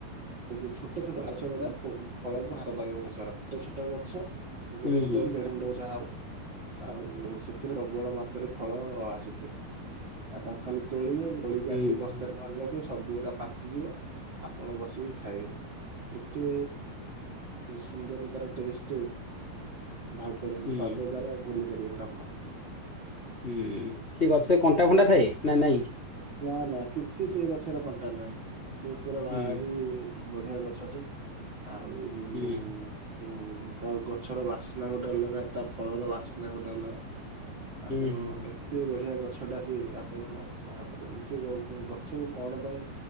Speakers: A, on the right (about 35°); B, on the left (about 35°).
A: ସେ ସେ ଛୋଟ ଛୋଟ ଗଛ ଗୁଡା ଫ-ଫଳକୁ ହାତ ପାଇବନି ସରା ଛୋଟ ଛୋଟ ଗଛ। ଗୋଟେ
B: ହୁଁ
A: ମୁଣ୍ଡ
B: ହୁଁ
A: ଦେଢ ମୁଣ୍ଡ ଉଚ୍ଚା ହବ। ଆଉ ସେଥିରେ ପ୍ରବଳ ମାତ୍ରାରେ ଫଳ ଆସିଥି ଆଉ ତାଙ୍କୁ ଖାଲି ତୋଳିବେ ତୋଳିକି
B: ହୁଁ
A: ଆଣିକି ବସ୍ତାରେ ଘରେ ରଖିବେ ସବୁ ଗୁଡା ପାଚିଯିବ ଆପଣ ବସିକି ଖାଇବେ ଏତେ ସୁନ୍ଦର ତାର ଟେଷ୍ଟ ଭାବି ପାରିବେନି
B: ହୁଁ ହୁଁ
A: ସ୍ଵାଦ ତାର ଭୁଲି ପାରିବେନି ଆପଣ।
B: ହୁଁ ସେ ଗଛରେ କଣ୍ଟା ଫଣ୍ଟା ଥାଏ ନା ନାଇଁ।
A: ନା ନା କିଛି ସେ ଗଛରେ କଣ୍ଟା ନାହିଁ ସେ ପୁରା ଭାରି
B: ହୁଁ
A: ବଢିଆ ଗଛଟେ ଆଉ ହୁଁ
B: ହୁଁ
A: ତା ଗଛର ବାସ୍ନା ଗୋଟେ ଅଲଗା ତା ଫଳର ବାସ୍ନା ଗୋଟେ ଅଲଗା। ଆପଣ
B: ହୁଁ ହୁଁ
A: ଏତେ ବଢିଆ ଗଛ ଟା ସେ ଆପଣ କୁହା ହେଇପାରିବନି ସେ ଗ-ଗଛକୁ କଣ ପାଇଁ